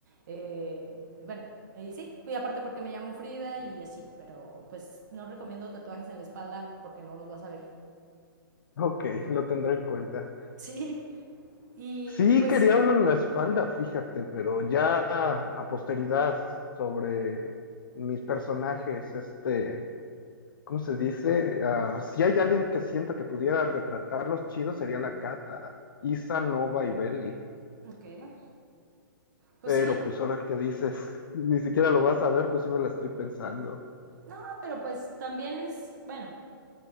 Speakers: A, on the right; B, on the left.
A: Eh, bueno, y sí, y aparte porque me llamo Frida y así, pero pues no recomiendo tatuajes en la espalda porque no los vas a ver.
B: Ok, lo tendré en cuenta.
A: Sí. Y,
B: Sí,
A: y pues,
B: quería uno en la espalda, fíjate, pero ya a posteridad sobre mis personajes, este, ¿cómo se dice? Ah, si hay alguien que sienta que pudiera retratarlos chido, sería la Cata, Isa, Nova y Belly.
A: okay Pues
B: Pero
A: sí,
B: pues ahora que dices, <laughs> ni siquiera lo vas a ver, pues sí me la estoy pensando.
A: no, pero pues también es, bueno,